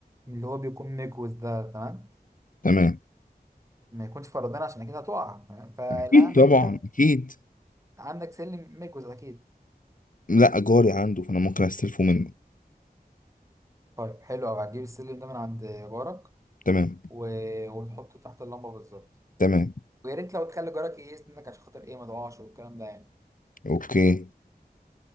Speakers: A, on the right; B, on the left.
A: اللي هو بيكون مكوز ده تمام
B: تمام
A: ما يكونش فرضان عشان اكيد هتقع تمام فلا
B: اكيد
A: ملي
B: طبعا
A: كانت
B: اكيد
A: عندك سلم مكوز اكيد
B: لا جاري عنده فانا ممكن استلفه منه
A: طيب حلو قوي هتجيب السلم ده من عند جارك
B: تمام
A: و... وتحطه تحت اللمبه بالظبط
B: تمام
A: ويا ريت لو تخلي جارك ايه يسندك عشان خاطر ايه ما تقعش والكلام ده يعني
B: اوكي